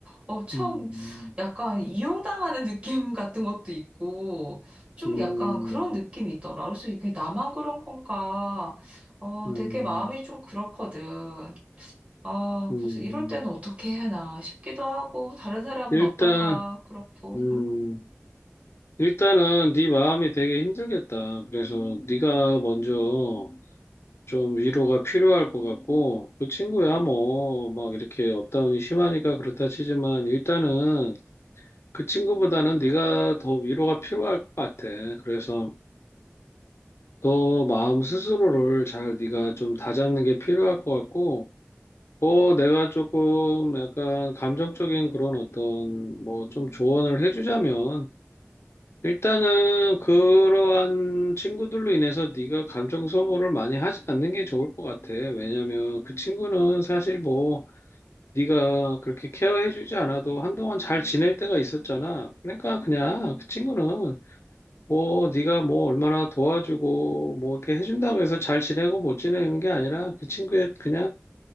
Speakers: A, on the right; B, on the left.
A: 어, 참
B: 음,
A: 약간 이용당하는 느낌 같은 것도 있고 좀
B: 음,
A: 약간 그런
B: 음,
A: 느낌이 있더라. 그래서 이게 나만 그런 건가? 어,
B: 음.
A: 되게 마음이 좀 그렇거든. 아,
B: 음.
A: 그래서 이럴 때는 어떻게 해야 하나 싶기도 하고, 다른 사람은
B: 일단,
A: 어떤가, 그렇고.
B: 음,
A: 음.
B: 일단은 네 마음이 되게 힘들겠다. 그래서 네가 먼저 좀 위로가 필요할 것 같고 그 친구야 뭐 막 이렇게 업다운이 심하니까 그렇다 치지만 일단은 그 친구보다는 네가 더 위로가 필요할 것 같아. 그래서 너 마음 스스로를 잘 네가 좀 다잡는 게 필요할 것 같고 뭐 내가 조금 약간 감정적인 그런 어떤 뭐 좀 조언을 해주자면 일단은 그러한 친구들로 인해서 네가 감정 소모를 많이 하지 않는 게 좋을 것 같아. 왜냐면 그 친구는 사실 뭐 네가 그렇게 케어해주지 않아도 한동안 잘 지낼 때가 있었잖아. 그러니까 그냥 그 친구는 뭐 네가 뭐 얼마나 도와주고 뭐 이렇게 해준다고 해서 잘 지내고 못 지내는 게 아니라 그 친구의 그냥